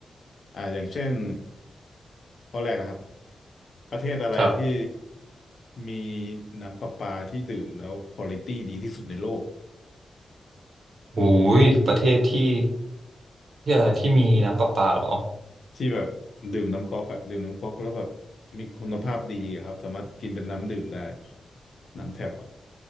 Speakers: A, on the left (about 60°); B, on the right (about 70°).
A: อ่าอย่างเช่น ข้อแรกนะครับประเทศอะไรที่
B: <laughs> ครับ
A: มีน้ำประปาที่ดื่มแล้วควอลิตี้ดีที่สุดในโลก
B: โอุยประเทศที่ที่อะไรที่มีน้ำประปาเหรอ
A: ที่แบบดื่มน้ำก๊อกอะดื่มน้ำก๊อกแล้วแบบมีคุณภาพดีอะครับสามารถกินเป็นน้ำดื่มได้น้ำแทบอะ